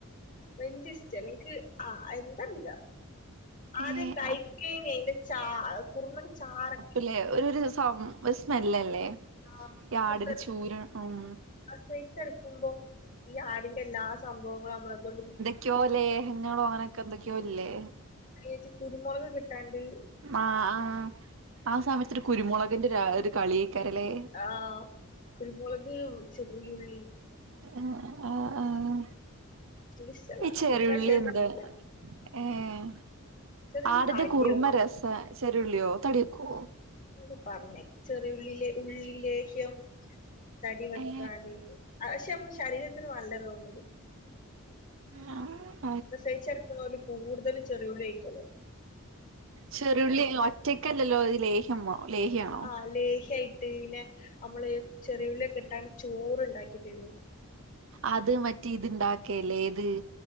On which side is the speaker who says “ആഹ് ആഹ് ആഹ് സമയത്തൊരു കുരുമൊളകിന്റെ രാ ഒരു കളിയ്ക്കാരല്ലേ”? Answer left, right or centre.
Right